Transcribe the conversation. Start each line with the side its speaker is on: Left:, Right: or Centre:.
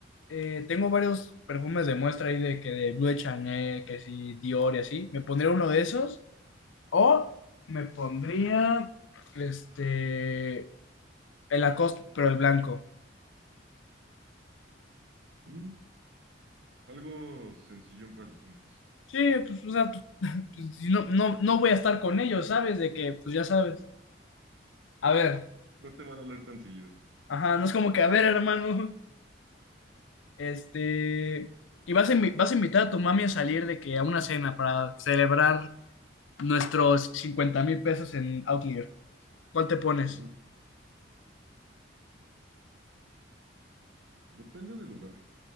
Left: eh, tengo varios perfumes de muestra ahí de que de Blue de Chanel, que sí, Dior y así. Me pondría uno de esos. O me pondría este el Lacoste, pero el blanco.
Right: Mm, algo sencillón para los compas.
Left: Sí, pues, o sea, pues, <laughs> pues, si no, no, no voy a estar con ellos, ¿sabes? De que, pues ya sabes. A ver,
Right: No te van a oler tan seguido.
Left: ajá, no es como que, a ver, hermano, <laughs> este. Y vas a, invi- vas a invitar a tu mami a salir de que a una cena para celebrar nuestros cincuenta mil pesos en Outlier. ¿Cuál te pones?
Right: Ujú. Depende del lugar.